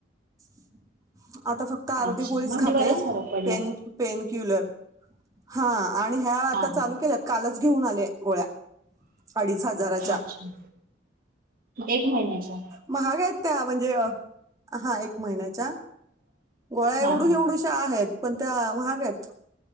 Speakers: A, on the right; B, on the right.
A: <inaudible> आता फक्त अर्धी
B: अच्छा
A: गोळीच
B: म्हणजे
A: खाते.
B: बराच फरक पडला
A: पेन पेन क्युलर. हा आणि ह्या आता
B: हा हा
A: चालू केल्यात कालच घेऊन आले गोळ्या, अडीच हजाराच्या.
B: अच्छा एक महिन्याच्या.
A: महाग आहेत त्या म्हणजे हा एक महिन्याच्या, गोळ्या एवढू
B: हा हा
A: एवढूशा आहेत. पण त्या महागयत,